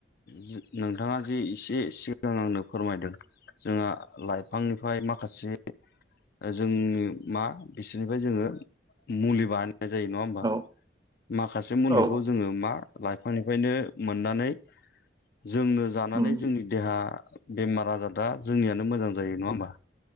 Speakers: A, on the left; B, on the right.
A: जि नोंथाङा जि एसे सिगां आंनो फोरमायदों जोंहा लाइफांनिफ्राय माखासे जोंनि मा बिसोरनिफ्राय जोङो मुलि बान नाय जायो नङा होनबा
B: औ
A: माखासे मुुलि
B: औ
A: खौ जोङो मा लाइफ फांनिफायनो मोननानै जोंनो जानानै
B: उम
A: जोंनि देहा बेमार आजार दा जोंनियानो मोजां जायो नङा होमबा